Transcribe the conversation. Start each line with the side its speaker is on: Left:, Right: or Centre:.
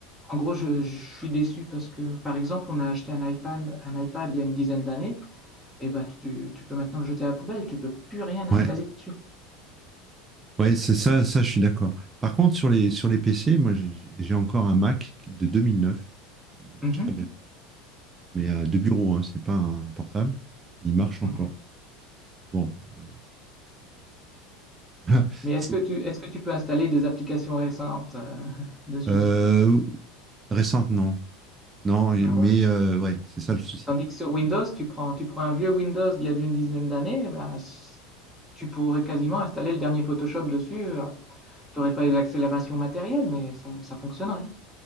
Centre: en gros, je, je suis déçu parce que, par exemple, on a acheté un iPad, un iPad il y a une dizaine d'années, et bah tu, tu peux maintenant le jeter à la poubelle, tu peux plus rien installer
Right: Ouais,
Centre: dessus.
Right: ouais, c'est ça, ça je suis d'accord. Par contre sur les sur les PC, moi j'ai j'ai encore un Mac de 2009 qui marche
Centre: Mhm,
Right: très bien, mais euh, de bureau, hein, c'est pas un portable, il marche encore.
Centre: mhm.
Right: Bon, euh, voilà.
Centre: Mais est-ce
Right: <laughs> C'est-
Centre: que tu, est-ce que tu peux installer des applications récentes euh, <laughs> dessus?
Right: euh, récente non, non, mais
Centre: Ah, voilà.
Right: euh, ouais, c'est ça le souci.
Centre: Tandis que sur Windows, tu prends, tu prends un vieux Windows d'il y a une dizaine d'années, eh ben, tu pourrais quasiment installer le dernier Photoshop dessus, euh, T'aurais pas les accélérations matérielles, mais ça, ça fonctionnerait.